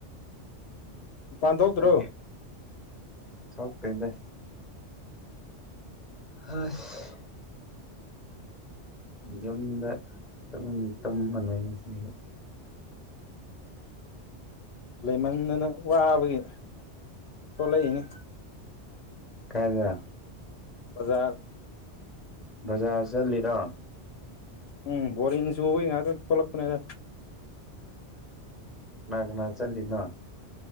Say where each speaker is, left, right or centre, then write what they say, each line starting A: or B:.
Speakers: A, on the left; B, in the centre.
A: ꯃꯄꯥꯟ ꯊꯣꯛꯇ꯭ꯔꯣ
B: ꯑꯩꯗꯤ ꯊꯣꯛꯇꯦꯗ ꯍꯁ ꯌꯨꯝꯗ ꯇꯨꯝ ꯇꯨꯝꯃ ꯂꯩꯁꯤꯌꯦ
A: ꯂꯩꯃꯟꯗꯅ ꯋꯥꯕꯒꯤ ꯊꯣꯛꯂꯛꯏꯅꯤ
B: ꯀꯥꯢꯗ
A: ꯕꯖꯥꯔ
B: ꯕꯖꯥꯔ ꯆꯠꯂꯤꯔꯣ
A: ꯎꯝ ꯕꯣꯔꯤꯡ ꯆꯨꯕꯩ ꯉꯥꯛꯇꯪ ꯊꯣꯛꯂꯛꯄꯅꯦꯗ
B: ꯀꯅꯥ ꯀꯅꯥ ꯆꯠꯂꯤꯅꯣ